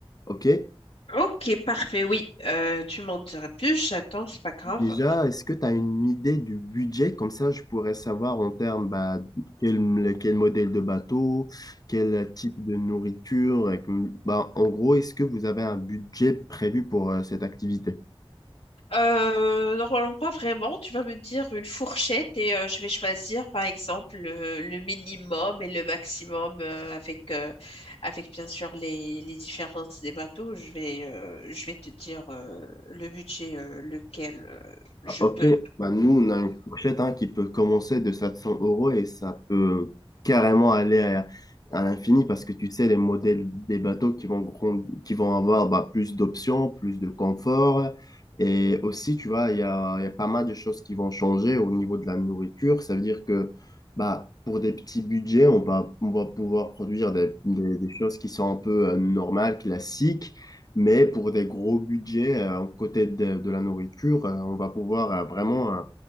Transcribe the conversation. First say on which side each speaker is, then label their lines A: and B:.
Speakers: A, on the left (about 40°); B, on the left (about 80°).
A: OK?
B: Ok, parfait, oui. Euh, tu m'en diras plus, j'attends, c'est pas grave.
A: Déjà, est-ce que tu as une idée du budget? Comme ça, je pourrais savoir en termes bah, quel, quel modèle de bateau, quel type de nourriture. et que- bah, en gros, est-ce que vous avez un budget prévu pour euh, cette activité?
B: Euh, normalement pas vraiment. Tu vas me dire une fourchette et euh, je vais choisir par exemple le, le minimum et le maximum euh, avec euh, avec bien sûr les, les différences des bateaux. Je vais euh, je vais te dire euh, le budget euh, lequel euh, je
A: Ah, ok,
B: peux.
A: bah, nous on a une fourchette hein, qui peut commencer de 700 euros et ça peut carrément aller à, à l'infini parce que tu sais, les modèles des bateaux qui vont, grand- qui vont avoir bah, plus d'options, plus de confort. Et aussi, tu vois, il y a, il y a pas mal de choses qui vont changer au niveau de la nourriture. Ça veut dire que bah, pour des petits budgets, on va, on va pouvoir produire des, des- des choses qui sont un peu euh, normales, classiques. Mais pour des gros budgets, euh, côté de, de la nourriture, euh, on va pouvoir euh, vraiment euh,